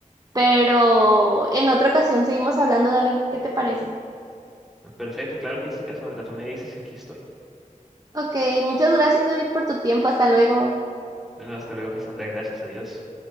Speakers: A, on the right; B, in the centre.
A: pero en otra ocasión seguimos hablando, David, ¿qué te parece?
B: Perfecto, claro que sí, Cassandra. Tú me dices y aquí estoy.
A: Ok, muchas gracias, David, por tu tiempo, hasta luego.
B: Bueno, hasta luego, Cassandra. Gracias a Dios.